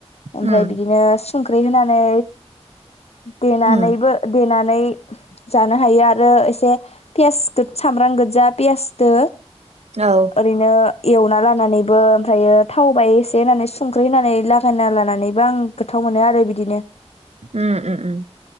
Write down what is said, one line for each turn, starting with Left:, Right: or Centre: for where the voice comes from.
Left: ओमफ्राय
Right: उम
Left: बिदिनो संख्रि होनानै देनानैबो
Right: उम
Left: देना नै जानो हायो आरो एसे पियास सामब्रां गोदजा पियासदो
Right: औ
Left: ओरैनो एवना लानानैबो ओमफ्रायो थावबाय एसे होनानै संख्रि होननानै लागायना लानानैबो आं गोथाव मोनो आरो बिदिनो।
Right: उम उम उम